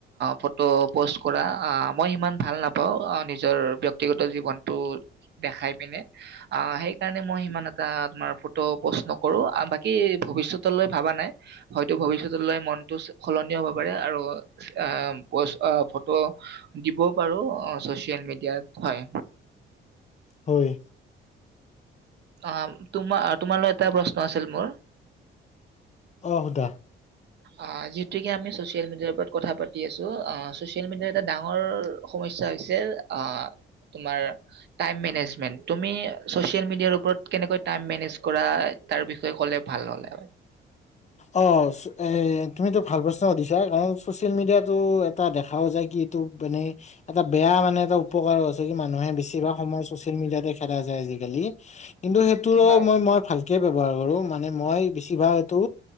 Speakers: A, on the right (about 60°); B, on the left (about 35°).
A: ফটো পোষ্ট কৰা আ, মই সিমান ভাল নাপাওঁ নিজৰ ব্যক্তিগত জীৱনটো দেখাই পিনে আহ সেই কাৰণে মই সিমান এটা তোমাৰ ফটো প'ষ্ট নকৰো বাকী ভৱিষ্যতলৈ ভাবা নাই হয়তো ভৱিষ্যতলৈ মনটো সলনি হ'ব পাৰে আৰু আ, পষ্ট আহ ফটো দিবও পাৰো চচিয়েল মিডিয়াত হয়।
B: হয়।
A: অ', তোমাৰ তোমালৈ এটা প্ৰশ্ন ক আছিল মোৰ।
B: অহ, সোধা
A: আ, যিহেতুকে আমি চচিয়েল মিডিয়াৰ ওপৰত কথা পাতি আছো আ, এটা ডাঙৰ সমস্যা হৈছে আ, তোমাৰ টাইম মেনেজমেন্ট। তুমি চচিয়েল মিডিয়াৰ ওপৰত কেনেকৈ টাইম মেনেজ কৰা তাৰ বিষয়ে ভাল হ
B: অচ। এ তুমিতো ভাল প্ৰশ্ন সুধিছ কাৰ চচিয়েল মিডিয়াতটো এটা দেখাও যায় কি এইটো মানে এটা বেয়া মানে এটা উপকাৰ আ মানুহে বেছিভাগ সময় চচিয়েল মিডিয়াতে খেলা যায় আজিকালি কিন্তু সেইটোৰো
A: হয়।
B: মই, মই ভাল এক ব্যৱহাৰ কৰো মানে মই বেছিভাগ এইটো